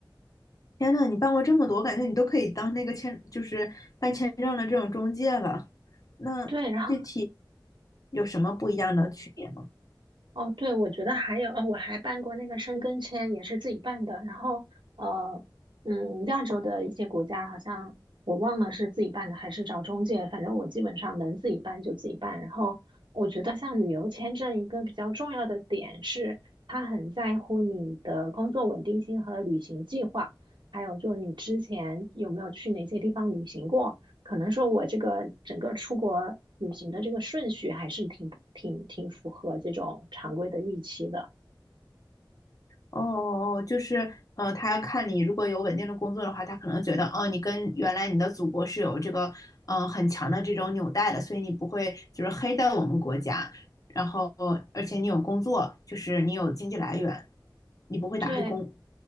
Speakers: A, on the left; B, on the right.
A: 天呐，你办过这么多，我感觉你都可以当那个签，就是办签证的这种中介了。那具体
B: 对，然后
A: 有什么不一样的区别吗？
B: 哦，对，我觉得还有，呃，我还办过那个申根签，也是自己办的。然后，呃，嗯，亚洲的一些国家好像我忘了是自己办的还是找中介，反正我基本上能自己办就自己办。然后，我觉得像旅游签证一个比较重要的点是，它很在乎你的工作稳定性和旅行计划，还有就你之前有没有去哪些地方旅行过。可能说我这个整个出国旅行的这个顺序还是挺挺挺符合这种常规的预期的。
A: 哦哦，哦就是呃，他看你如果有稳定的工作的话，他可能觉得，哦，你跟原来你的祖国是有这个呃很强的这种纽带的，所以你不会就是黑到我们国家，然后而且你有工作，就是你有经济来源，你不会打黑工。
B: 对，